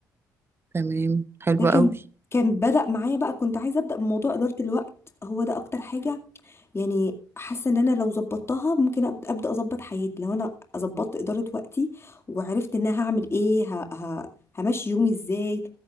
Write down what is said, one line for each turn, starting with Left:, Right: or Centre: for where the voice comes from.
Right: تمام حلوة
Left: ده كان
Right: قوي
Left: كان بدأ معايا بقى كنت عايزة أبدأ بموضوع إدارة الوقت هو ده أكتر حاجة يعني حاسه ان انا لو ظبطتها ممكن أب- ابدا اظبط حياتي لو انا ظبطت اداره وقتي وعرفت ان انا هعمل ايه ه... ه... همشي يومي ازاي